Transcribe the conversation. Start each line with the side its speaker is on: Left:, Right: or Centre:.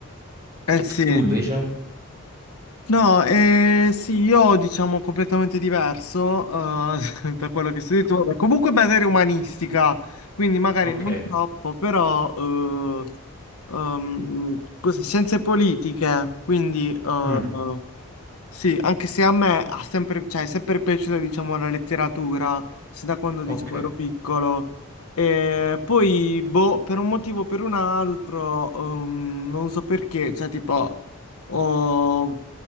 Left: Eh sì.
Right: Tu invece?
Left: No, eh, sì, io diciamo completamente diverso eh, <laughs> da quello che studi tu. Vabbè, Comunque materia umanistica, quindi magari
Right: Ok,
Left: non troppo, però eh, ehm, cose- scienze politiche, quindi eh,
Right: mm,
Left: Sì, anche se a me ha sempre, cioè, è sempre piaciuta, diciamo, la letteratura, sin da quando,
Right: ok,
Left: diciamo, ero piccolo. E poi, boh, per un motivo o per un altro, ehm, non so perché, cioè, tipo, ho-